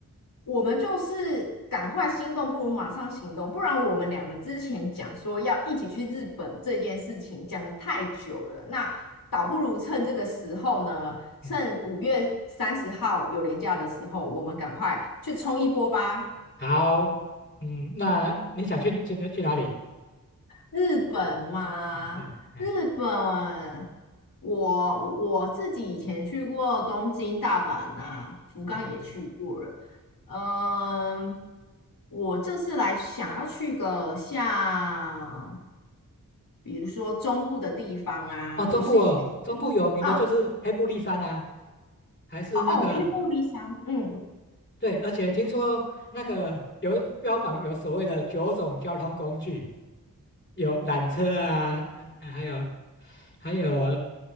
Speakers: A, on the left; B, on the left.
A: 我们就是赶快心动，不如马上行动，不然我们两个之前讲说要一起去日本这件事情讲的太久了，那倒不如趁这个时候呢，
B: 嗯，
A: 趁五月三十号有连假的时候，我们赶快去冲一波吧。
B: 好，嗯，那你想去去去哪里？
A: 日本嘛，
B: 哎，对，哎，
A: 日本，我我自己以前去过东京、大阪呐，福冈也去过了。
B: 好，OK。
A: 嗯，我这次来想要去个像，比如说中部的地方啊，
B: 哦，中部哦，
A: 或是一些嗯，
B: 中部有名的就是黑布利山啊，
A: 哦，
B: 还是那个
A: 哦黑布利山，嗯，
B: 对，而且听说那个有标榜有所谓的九种交通工具，有缆车啊，还还有还有